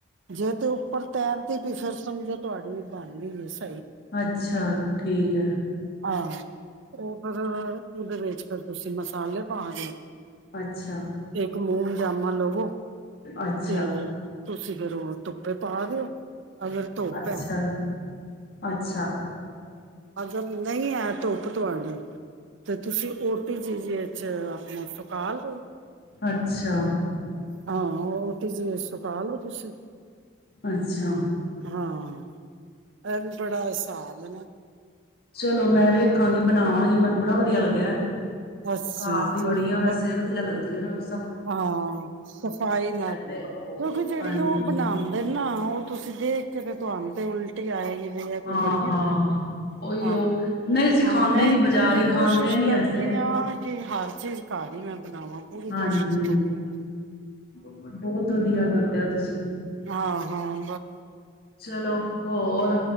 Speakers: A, on the right; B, on the left.
A: ਜੇਹ ਤੇ ਉ ਪਰ ਤੈਰਦੀ ਪਈ ਸਮਝੋ ਤੁਹਾਡੀ ਬਣ ਗਈ ਸੀ।
B: ਅੱਛਾ ਠੀਕ ਏ।
A: ਆਹੋ ਉਹ ਪਰ ਉਹਦੇ ਵਿੱਚ ਫੇਰ ਤੁਸੀਂ ਮਸ ਆਲੇ ਪਾ ਦੇ
B: ਅੱਛਾ।
A: ਇੱਕ ਮੂੰਹ ਪਜਾਮਾ ਲਵੋ,
B: ਅੱਛਾ।
A: ਤੇ ਤੁਸੀਂ ਫੇਰ ਉਹ ਧੁੱਪੇ ਪਾ ਦਿਓ, ਅਗਰ ਧੁੱਪ
B: ਅੱਛਾ,
A: ਹੈ,
B: ਅੱਛਾ,
A: ਅਗਰ ਨਹੀਂ ਹੈ ਧੁੱਪ ਤੁਹਾਡੇ ਤੇ ਤੁਸੀਂ, ਓਟੀ ਜੀ ਜ ਆਪਣਾ ਸਕਾਲ,
B: ਅੱਛਾ।
A: ਹਾਂ ਓਟੀ ਜੀ ਸੁਖਾਲ ਹੋ ਤੁਸੀਂ,
B: ਅੱਛਾ।
A: ਹਾਂ, ਅ ਬੜਾ ਹਿਸਾਬ ਨਾ,
B: ਚਲੋ ਮੈਂ ਵੇਖਾਂਗੀ ਬਣਾਵਾਂਗੀ ਮੈਨੂੰ ਬੜਾ ਵਧੀਆ ਲੱਗਿਆ।
A: ਅੱਛਾ
B: ਘਰ ਦੀ
A: ਚਲੋ
B: ਬੜੀਆਂ ਵੈਸੇ ਵਧੀਆ ਲੱਗਦਾ <unintelligible>
A: ਹਾਂ, ਸਫ਼ਾਈ ਨਾਲ ਕਿਉਂਕਿ
B: ਤੇ
A: ਜਿਹੜੀ
B: ਹਾਂਜੀ
A: ਉਹ ਬਣਾਉਂਦੇ ਨਾ ਉਹ ਤੁਸੀਂ ਦੇਖ ਕੇ ਤੇ ਤੁਹਾਨੂੰ ਤੇ ਉਲਟੀ ਆਏਗੀ ਬਈ ਏ ਕੋਈ
B: ਹਾਂ,
A: ਵਰੀਆਂ
B: ਹਾਂ।
A: ਨੇ,
B: ਉਹੀਓ
A: ਹਾਂ,
B: ਨਹੀਂ ਸਿਖਾਦੇ
A: ਹਾਂ ਮੈਂ
B: ਨੀ ਬਾਜ਼ਾਰ
A: ਪੂਰੀ
B: ਹੀ
A: ਕੋਸ਼ਿਸ਼
B: ਖਾਂਦੇ ਨੀ
A: ਕਰਨੀ
B: ਐਸੇ
A: ਆ ਕਿ ਹਰ ਚੀਜ਼ ਘਰ ਹੀ ਮੈਂ ਬਣਾਵਾਂ ਪੂਰੀ
B: ਹਾਂਜੀ,
A: ਕੋਸ਼ਿਸ਼ ਕਰਨੀ ਆ
B: ਬਹੁਤ ਵਧੀਆ ਕਰਦੇ ਆ ਤੁਸੀਂ
A: ਹਾਂ-ਹਾਂ
B: ਚਲੋ ਹੋਰ,